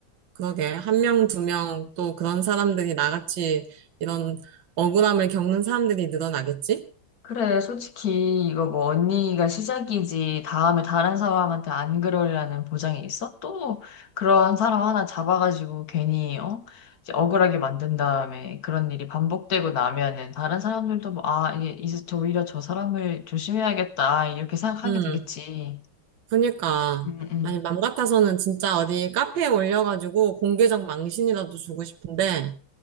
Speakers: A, on the right; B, on the left.
A: 그러게. 한 명, 두 명 또 그런 사람들이 나같이 이런 억울함을 겪는 사람들이 늘어나겠지?
B: 그래, 솔직히 이거 뭐 언니가 시작이지 다음에 다른 사람한테 안 그러리라는 보장이 있어? 또 그런 사람 하나 잡아가지고 괜히 어? 이제 억울하게 만든 다음에 그런 일이 반복되고 나면은 다른 사람들도 뭐, 아, 이게 이제 저 오히려 저 사람을 조심해야겠다 이렇게 생각하게
A: 음,
B: 되겠지.
A: 그니까.
B: 음, 음.
A: 아니, 맘 같아서는 진짜 어디 카페에 올려가지고 공개적 망신이라도 주고 싶은데